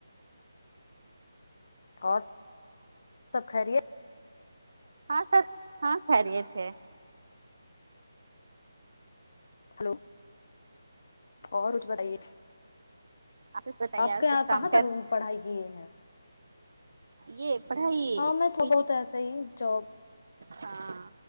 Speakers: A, on the left; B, on the right.
A: اور سب خیریت
B: ہاں سب ہاں خیریت ہے
A: ہلو اور کچھ بتائیے
B: آپ کچھ بتائیے
A: آپ کے یہاں
B: کچھ کام
A: کہاں تک پڑھائی کیے ہیں
B: یے پڑھائی ہے
A: ہاں میں تھوڑا
B: پی
A: بہت
B: جی
A: ایسا ہی جاب
B: ہاں